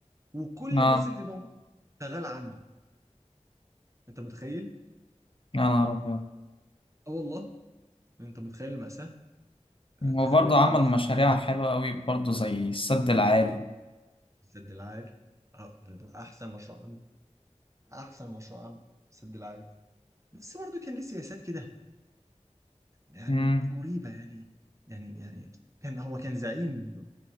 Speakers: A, on the right; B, on the left.
A: وكل
B: اه
A: الناس اللي موجودة شغالة عنده انت متخيل
B: يا نهار ابيض
A: اه والله انت متخيل المأساة يعني
B: وبرضه
A: تخيل انت
B: عمل
A: مثلا
B: مشاريع حلوة قوي برضه زي السد العالي
A: سد العالي اه، ده ده احسن مشروع عام احسن مشروع عام سد العالي بس برضه كان ليه سياسات كده يعني
B: امم
A: مريبة يعني يعني يعني كان هو كان زعيم